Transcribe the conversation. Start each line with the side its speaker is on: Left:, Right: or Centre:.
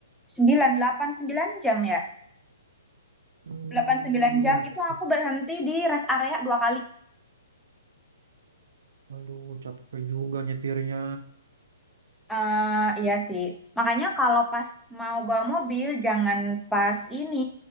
Centre: 9, 8, 9 jam ya.
Right: Hmm,
Centre: delapan sembilan
Right: iya,
Centre: jam itu
Right: gitu.
Centre: aku berhenti di rest area dua kali.
Right: Aduh, capek juga nyetirnya.
Centre: Eh, iya sih. Makanya kalau pas mau bawa mobil, jangan pas ini